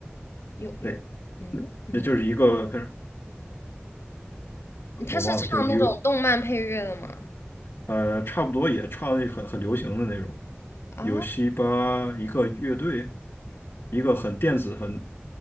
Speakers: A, on the left; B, on the left.
A: 有有，
B: 那
A: 嗯嗯，
B: 那就是一个反正我忘了，
A: 他是唱那种动漫配乐的吗？
B: 就是 U 呃，差不多也唱那很很流行的那种，
A: 啊，
B: 有西巴一个乐队，一个很电子很